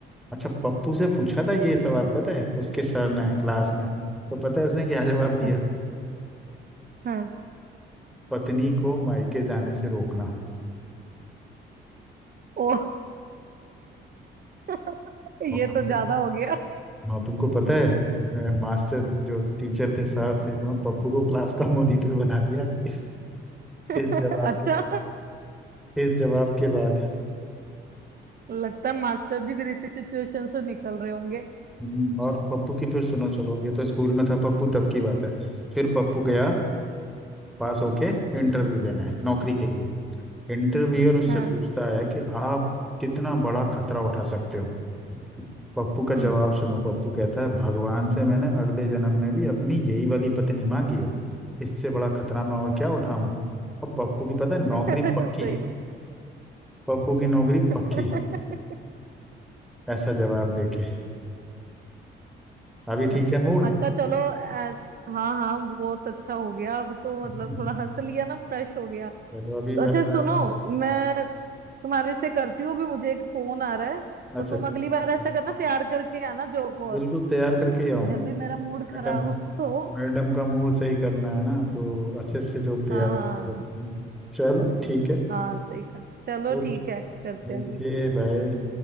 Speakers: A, in the centre; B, on the right (about 50°).
A: अच्छा पप्पू से पूछा था ये सवाल पता है उसके सर ने क्लास में तो पता है उसने क्या जवाब दिया
B: अच्छा हाँ।
A: पत्नी को मायके जाने से रोकना
B: ओ <laughs> ये
A: और तुमको
B: तो ज्यादा हो गया
A: हाँ तुमको पता है अ, मास्टर जो टीचर थे सर थे उन्होंने पप्पू को क्लास का मॉनिटर बना दिया इस
B: <laughs>
A: इस जवाब
B: अच्छा
A: के बाद इस जवाब के बाद
B: लगता है मास्टर जी फिर इसी सिचुएशन से निकल रहे होंगे
A: हम्म, और पप्पू की फिर सुनो चलो ये तो स्कूल में था पप्पू तब की बात है फिर पप्पू गया पास होके इंटरव्यू देने नौकरी के लिए इंटरव्यूअर उससे
B: हाँ
A: पूछता है कि आप कितना बड़ा खतरा उठा सकते हो पप्पू का
B: हम्म
A: जवाब सुनो पप्पू कहता है भगवान से मैंने अगले जन्म में भी अपनी यही वाली पत्नी मांगी है इससे बड़ा खतरा मैं और क्या उठाऊं और पप्पू की पता है नौकरी
B: <laughs>
A: पक्की
B: सही बात
A: पप्पू की नौकरी
B: <laughs>
A: पक्की ऐसा जवाब देके अभी
B: अच्छा
A: ठीक है मूड
B: अच्छा चलो ऐस हाँ हाँ बहुत अच्छा हो गया अब तो
A: <laughs>
B: मतलब थोड़ा हंस लिया ना फ्रेश हो गया
A: चलो अभी
B: तो
A: मतलब
B: अच्छा सुनो
A: ऐसा
B: मैं
A: हाँ
B: तुम्हारे से करती हूँ भी मुझे एक फोन आ रहा है
A: अच्छा
B: तो तुम
A: <laughs>
B: अगली बार ऐसा करना तैयार करके आना जोक
A: बिल्कुल
B: और
A: तैयार करके ही आऊंगा
B: जब भी मेरा मूड
A: मैडम
B: खराब हो
A: मैडम
B: <laughs>
A: का मूड सही करना है ना तो अच्छे से जो तैयार
B: हाँ
A: करके
B: हाँ
A: रखेंगे। चलो ठीक है
B: हाँ सही कहा चलो
A: ओके
B: ठीक है करते हैं
A: ओके भाई